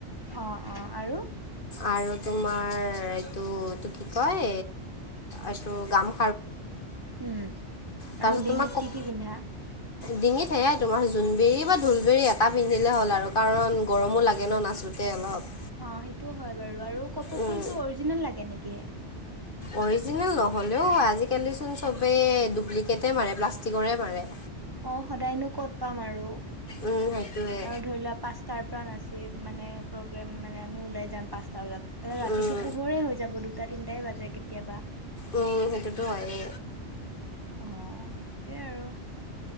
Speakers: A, on the right (about 20°); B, on the left (about 50°).
A: অ', অ', আৰু?
B: আৰু তোমাৰ এইটো এইটো কি কয় এইটো গামো
A: উম,
B: তাৰপিছত
A: আৰু ডিঙিত
B: তোমাৰ
A: কি কি পিন্ধা?
B: ডিঙিত সেয়াই তোমাৰ জোনবেৰি বা ঢোলবৰি এটা পিন্ধিলে হ'ল আৰু কাৰণ গৰমো লাগে ন নাচ নাচোঁতে অলপ
A: অ', সেইটো হয় বাৰু আৰু কপৌ
B: উম
A: ফুলটো অৰিজিনেল লাগে নেকি?
B: অৰিজিনেল নহ'লেও আজিকালিচোন চবেই ডুপ্লিকেটে মাৰে প্লাষ্টিকৰে মাৰে।
A: অ', সদায়নো কত পাম আৰু,
B: উম সেইটোৱে
A: আৰু ধৰি লোৱা পাঁচটাৰ পৰা নাছিল মানে প্ৰগ্ৰেম মানে আমি ওলাই যাম পাঁচটা বজাত এ ৰাতিটো
B: উম
A: পোহৰে হৈ যাব দুটা তিনটাই বাজে কেতিয়াবা।
B: উম, সেইটোতো হয়ে।
A: অ', সেইটোৱে আৰু।